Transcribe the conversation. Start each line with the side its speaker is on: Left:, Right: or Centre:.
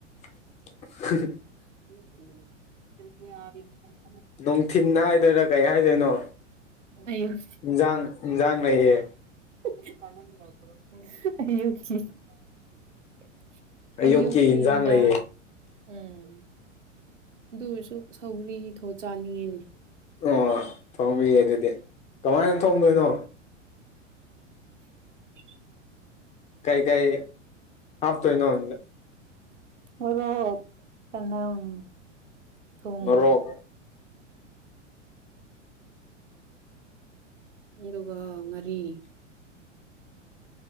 Left: <unintelligible>
Right: <inaudible>
Left: ꯅꯣꯡ ꯊꯤꯟꯅ ꯍꯥꯏꯗꯔ ꯀꯩ ꯍꯥꯏꯗꯣꯏꯅꯣ
Right: ꯑꯌꯨꯛ
Left: ꯏꯟꯖꯥꯡ ꯏꯟꯖꯥꯡ ꯂꯩꯌꯦ
Right: <unintelligible>
Left: ꯑꯌꯨꯛꯀꯤ
Right: ꯑꯌꯨ ꯀꯤꯗ
Left: ꯏꯟꯖꯥꯡ ꯂꯩꯌꯦ
Right: ꯎꯝ ꯑꯗꯨꯔꯁꯨ ꯁꯧꯒ꯭ꯔꯤ ꯊꯣ ꯆꯥꯅꯤꯡꯉꯤꯅꯦ
Left: ꯑꯣ ꯊꯣꯡꯕꯤꯌꯦ ꯑꯗꯨꯗꯤ ꯀꯃꯥꯏꯅ ꯊꯣꯡꯗꯣꯏꯅꯣ
Right: <unintelligible>
Left: ꯀꯥꯏ ꯀꯥꯏ ꯍꯥꯐ ꯇꯏ ꯅꯗ
Right: ꯃꯣꯔꯣꯛ ꯆꯅꯝ ꯊꯨꯝ
Left: ꯃꯣꯔꯣꯛ
Right: ꯑꯗꯨꯒ ꯉꯥꯔꯤ